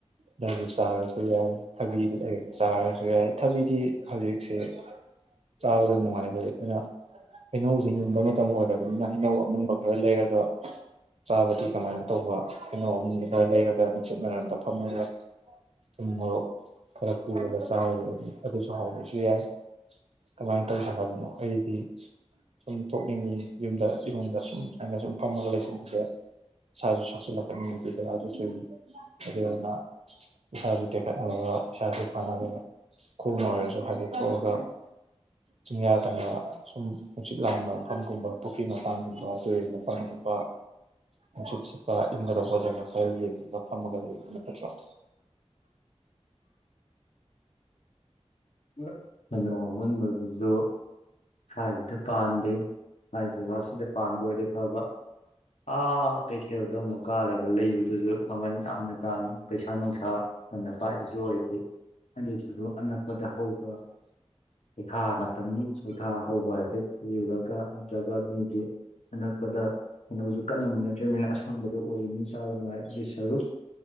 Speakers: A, on the right; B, on the left.
A: ꯗꯔꯕꯨ ꯆꯥꯔꯁꯨ ꯌꯥꯏ ꯊꯕꯤꯗꯨ ꯂꯩꯔꯒ ꯆꯥꯔꯁꯨ ꯊꯥꯕꯤꯗꯤ ꯍꯧꯖꯤꯛ ꯁꯦ ꯆꯥꯕꯗ ꯅꯨꯡꯉꯥꯏ <unintelligible> ꯑꯩꯈꯣꯏꯅꯥ ꯍꯩꯅꯧꯁꯦ ꯃꯨꯟꯕ ꯃꯇꯝ ꯑꯣꯏꯔꯕꯅꯤꯅ ꯍꯩꯅꯧ ꯑꯃꯨꯟꯕ ꯈꯔ ꯂꯩꯔꯒ ꯆꯥꯕꯗꯤ ꯀꯃꯥꯏꯅ ꯇꯧꯕ ꯍꯩꯅꯧ ꯑꯃꯨꯟꯕꯥ ꯈꯔ ꯂꯩꯔꯒ ꯅꯨꯡꯆꯤꯠ ꯃꯔꯝꯗ ꯐꯝꯃꯒ ꯊꯨꯝ ꯃꯣꯔꯣꯛ ꯈꯔ ꯄꯨꯔꯒ ꯆꯥꯔꯨꯔꯗꯤ ꯑꯗꯨꯁꯨ ꯍꯥꯎꯕꯁꯨ ꯌꯥꯏ ꯀꯃꯥꯏꯅ ꯇꯧꯁꯦ ꯍꯥꯏꯕꯅꯣ ꯑꯩꯗꯤ ꯁꯨꯝ ꯊꯣꯛꯅꯤꯡꯉꯤ ꯌꯨꯝꯗ ꯏꯃꯨꯡꯗ ꯁꯨꯝ ꯁꯨꯃꯥꯏꯅ ꯁꯨꯝ ꯐꯝꯃꯒ ꯂꯩꯁꯤꯟꯕꯁꯦ ꯏꯁꯥꯁꯨ ꯁꯣꯛꯆꯤꯜꯂꯛꯄ <unintelligible> ꯑꯗꯨꯗꯨꯅ ꯏꯁꯥꯁꯨ ꯇꯦꯛꯈꯠꯅꯕ ꯏꯁꯥꯁꯨ ꯐꯅꯕ ꯈꯣꯡꯅ ꯑꯣꯏꯔꯁꯨ ꯍꯥꯏꯐꯦꯠ ꯊꯣꯛꯑꯒ ꯆꯤꯡꯌꯥ ꯇꯝꯌꯥ ꯁꯨꯝ ꯅꯨꯡꯁꯤꯠ ꯂꯥꯛꯍꯟꯕ ꯃꯐꯝꯒꯨꯝꯕ ꯄꯨꯈ꯭ꯔꯤ ꯃ <unintelligible> ꯅꯨꯡꯁꯤꯠ ꯁꯤꯠꯄ ꯏꯪꯒꯗꯧꯕ ꯖꯒꯥ ꯈꯔ ꯌꯦꯡꯉꯒ ꯐꯝꯃꯒ ꯂꯩꯌꯨꯕꯅꯥ ꯐꯠꯇ꯭ꯔꯣ <inaudible>
B: <unintelligible> ꯑꯃꯨꯟꯕꯗꯨꯁꯨ ꯁꯥꯏꯁꯤꯗ ꯄꯥꯟꯗꯦ ꯍꯥꯏ ꯖꯒꯥꯁꯤꯗ ꯄꯥꯟꯕ ꯑꯣꯏꯔꯗꯤ ꯐꯕ ꯑꯥ ꯀꯩꯊꯦꯜꯗꯣ ꯑꯃꯨꯛ ꯀꯥꯔꯒ ꯂꯩꯕꯗꯨꯁꯨ ꯃꯃꯟ ꯌꯥꯝꯅ ꯇꯥꯡꯏ ꯄꯩꯁꯥ ꯅꯨꯡꯁꯥ ꯐꯅ ꯄꯥꯏꯕꯁꯨ ꯑꯣꯏꯗꯦ ꯑꯗꯨꯏꯁꯨ ꯑꯅꯛꯄ ꯗ ꯍꯧꯕ ꯍꯩꯈꯥ ꯑꯃ ꯇꯝꯅꯤ ꯄꯊꯥ ꯍꯧꯕ ꯍꯥꯏꯐꯦꯠ ꯊꯤꯔꯨꯔꯒ ꯅꯠꯇ꯭ꯔꯒ ꯃꯤꯁꯦ ꯑꯅꯛꯄꯗ ꯍꯩꯅꯧꯁꯨ ꯀꯟꯅ ꯃꯨꯅꯗ꯭ꯔꯤꯕꯅꯤꯅ ꯑꯁꯪꯕꯗ ꯑꯣꯏ ꯃꯤ ꯆꯥꯕ ꯅꯨꯡꯉꯥꯏ ꯑꯗꯨꯏ ꯁꯔꯨꯛ